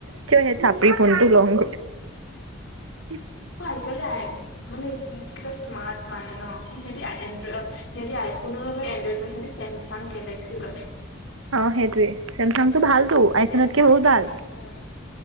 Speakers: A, on the right; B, on the left.
A: কিয় সেই চাপৰি ফোনটো লওঁগে উম
B: আজিকালি আই মানে যিহত স্মাৰ্ট মানে ন সিহতি এনড্ৰইড সিহঁতি আইফোনো নলয় এনড্ৰইডও নলয় সিহঁতি চেমচাং গেলেক্সি লয়
A: অ সেইটোয়ে চমচং টো ভাল তো আইফনতকে
B: চেমচাং।
A: বহুত ভাল
B: উম,